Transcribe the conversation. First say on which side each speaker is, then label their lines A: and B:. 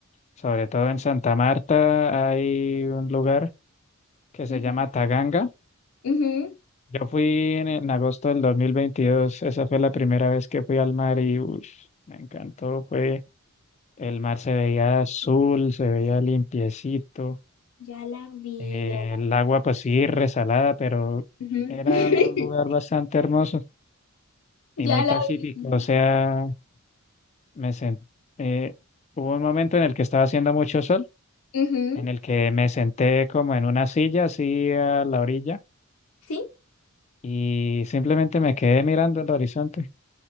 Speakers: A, on the left; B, on the left.
A: sobre todo en Santa Marta hay un lugar que se
B: Ujú,
A: llama Taganga.
B: ujú,
A: Yo fui en, en agosto del 2022, esa fue la primera vez que fui al mar y ush, me encantó, fue el mar se veía azul, se veía limpiecito,
B: Ya la vi,
A: eh,
B: ya,
A: el agua pues sí resalada, pero
B: ujú.
A: era
B: <laughs>
A: un lugar bastante hermoso
B: Ya
A: y muy pacífico,
B: la vi.
A: o sea, me sen- eh, hubo un momento en el que estaba haciendo mucho sol,
B: Ujú.
A: en el que me senté como en una silla así a la orilla
B: ¿sí?
A: y simplemente me quedé mirando el horizonte.